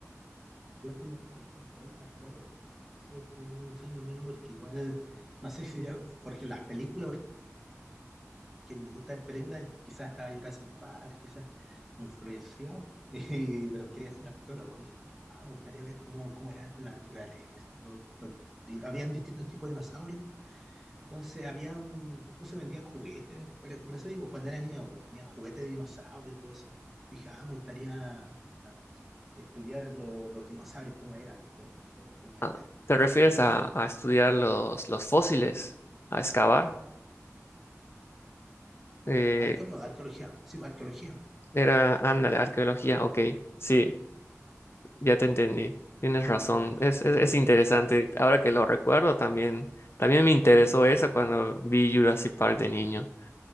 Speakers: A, in the centre; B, on the left.
A: Yo soñaba con ser arqueo- arqueólogo. Ese fue un sueño mío porque igual, no sé si era porque las películas, que me gusta ver películas, quizás estaba Jurassic Park, quizás me influenció, <laughs> y- pero quería ser arqueólogo. Dije, ah, me gustaría ver cómo, cómo era antes la naturaleza. los- los di- habían distintos tipos de dinosaurios, entonces habían, incluso vendían juguetes. Bueno, por eso digo, cuando era niño, pues, vendían juguetes de dinosaurios, todo eso. Dije, ah, me gustaría estudiar lo- los dinosaurios, cómo eran, cómo, cómo eran
B: Ah, ¿Te refieres
A: antes.
B: a,
A: Mm.
B: a estudiar los, los fósiles, a excavar? Eh,
A: Arqueólogo, arqueología, sí, pues, arqueología.
B: Era, ándale, arqueología, ok, sí, ya te entendí, tienes razón,
A: Mm, Arqueología.
B: es, es, es
A: Mm,
B: interesante, ahora que lo recuerdo
A: mm,
B: también, también me interesó eso cuando vi Jurassic Park de niño,